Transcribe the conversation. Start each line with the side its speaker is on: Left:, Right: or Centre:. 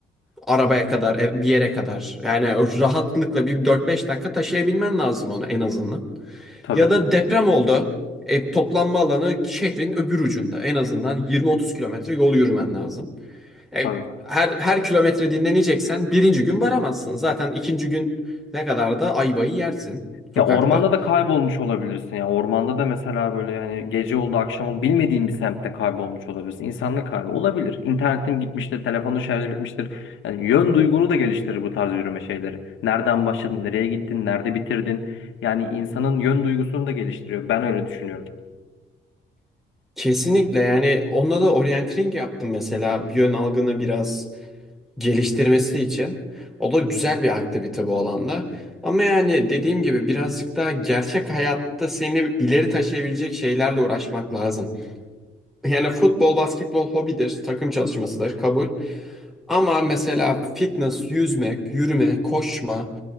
Centre: arabaya kadar, ev- bir yere kadar. Yani o rahatlıkla bir dört beş dakika taşıyabilmen lazım onu en azından.
Left: Tabii,
Centre: Ya da deprem oldu. E, toplanma alanı şehrin öbür ucunda. En azından yirmi otuz kilometre yol yürümen lazım. E,
Left: tabii.
Centre: her, her kilometre dinleneceksen birinci gün varamazsın. Zaten ikinci gün ne kadar da ayvayı yersin sokakta.
Left: Ya ormanda da kaybolmuş olabilirsin ya. Ormanda da mesela böyle yani gece oldu, akşam oldu, bilmediğin bir semtte kaybolmuş olabilirsin. İnsanlık hali olabilir. İnternetin gitmiştir, telefonun şarjı bitmiştir. Yani yön duygunu da geliştirir bu tarz yürüme şeyleri. Nereden başladın, nereye gittin, nerede bitirdin? Yani insanın yön duygusunu da geliştiriyor. Ben öyle düşünüyorum.
Centre: Kesinlikle yani onda da orienteering yaptım mesela. Bir yön algını biraz geliştirmesi için. O da güzel bir aktivite bu alanda. Ama yani dediğim gibi birazcık daha gerçek hayatta seni ileri taşıyabilecek şeylerle uğraşmak lazım. Yani futbol, basketbol hobidir, takım çalışmasıdır, kabul. Ama mesela fitness, yüzmek, yürüme, koşma,